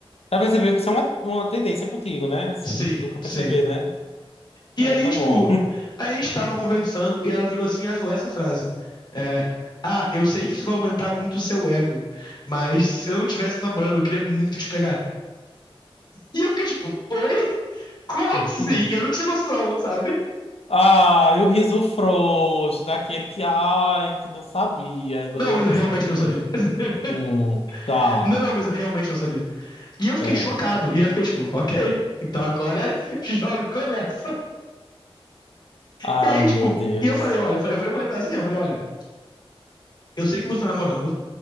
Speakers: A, on the left; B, on the left.
A: Já percebeu que isso é uma, uma tendência contigo, né? Assim,
B: Sim,
A: nunca perceber,
B: sim.
A: né?
B: E
A: É,
B: aí,
A: tá
B: tipo,
A: bom.
B: a gente tava conversando e ela virou assim e ela falou essa frase. É, ah, eu sei que isso vai aumentar muito o seu ego, mas se eu não tivesse namorando, eu queria muito te pegar. E eu fiquei tipo, oi? Como
A: <laughs>
B: assim? Eu não tinha noção, sabe?
A: Ah, e o riso frouxo daquele que, ai, que não sabia. Eu não,
B: Não,
A: eu
B: mas
A: não
B: eu realmente
A: sabia.
B: não sabia. <laughs>
A: Hum, tá,
B: Não, não, mas eu realmente não sabia. E eu fiquei
A: certo.
B: chocado. E eu fiquei tipo, ok, então agora <laughs> jogo e começa.
A: Ai,
B: E aí,
A: meu
B: tipo,
A: Deus.
B: e eu falei, olha, eu falei, eu falei assim, eu falei, olha, eu sei que você tá namorando,